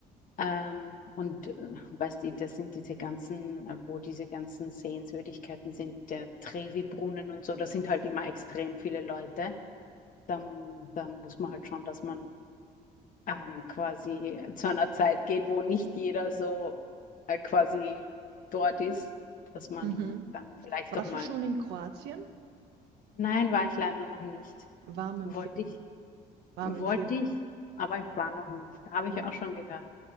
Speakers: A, on the left; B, on the right.
A: Ähm, und äh, weißt du, das sind diese ganzen, äh, wo diese ganzen Sehenswürdigkeiten sind, der Trevi-Brunnen und so, da sind halt immer extrem viele Leute. dann, dann muss man halt schon, dass man ähm, quasi zu einer Zeit geht, wo nicht jeder so äh, quasi dort ist, dass man
B: Mhm.
A: dann vielleicht
B: Warst
A: doch mal,
B: du schon in Kroatien?
A: nein, war ich leider noch nicht.
B: Warme
A: Wollte
B: Empfehlung,
A: ich,
B: warme
A: wollte
B: Empfehlung.
A: ich, aber ich war noch nicht. Habe ich
B: Mhm.
A: auch schon gehört,